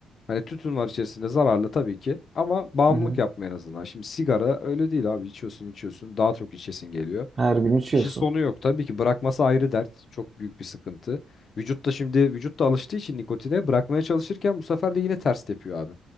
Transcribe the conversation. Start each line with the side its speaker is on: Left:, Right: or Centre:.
Left: Hani tütün var içerisinde zararlı tabii ki ama bağımlılık
Right: Hı hı.
Left: yapmıyor en azından. Şimdi sigara öyle değil abi içiyorsun içiyorsun daha çok içesin geliyor.
Right: Her gün içiyorsun.
Left: İşi sonu yok tabii ki bırakması ayrı dert çok büyük bir sıkıntı. Vücut da şimdi vücut da alıştığı için nikotine bırakmaya çalışırken bu sefer de yine ters tepiyor abi.